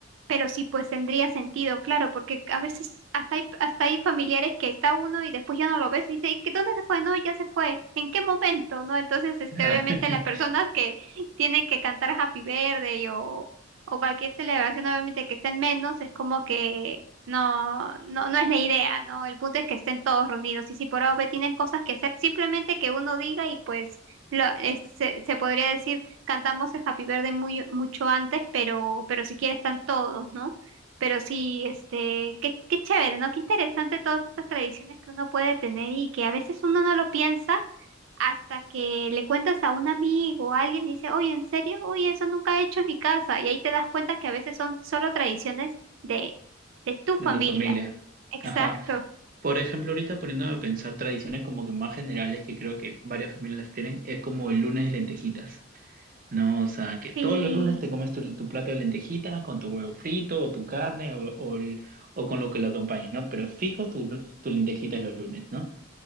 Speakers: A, on the right; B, on the right.
A: pero sí, pues tendría sentido, claro, porque a veces hasta hay, hasta hay familiares que está uno y después ya no lo ves y dice, "¿Y qué- ¿dónde se fue? No, ya se fue. ¿En qué momento? ¿No? Entonces, este,
B: Claro.
A: obviamente
B: <laughs>
A: las personas que tienen que cantar Happy Birthday o, o cualquier celebración, obviamente que estén menos, es como que no, no, no es la idea, ¿no? El punto es que estén todos reunidos y si por A o B tienen cosas que hacer, simplemente que uno diga y pues lo- es- se, se podría decir cantamos el Happy Birthday muy, mucho antes, pero, pero si quieres están todos, ¿no? Pero sí, este, qué, qué chévere, ¿no? Qué interesante todas estas tradiciones que uno puede tener y que a veces uno no lo piensa hasta que le cuentas a un amigo o a alguien y dice, oye, ¿en serio? Oye, eso nunca he hecho en mi casa. Y ahí te das cuenta que a veces son solo tradiciones de, de tu familia.
B: de tu familia.
A: Exacto.
B: Ajá. Por ejemplo, ahorita poniéndome a pensar tradiciones como que más generales que creo que varias familias las tienen, es como el lunes de lentejitas, ¿no? O sea, que todos
A: Sí,
B: los lunes te comes tu, tu plato de lentejitas con tu huevo frito o tu carne o, o, el- o con lo que lo acompañe, ¿no? Pero fijo tu, tu lentejitas los lunes, ¿no?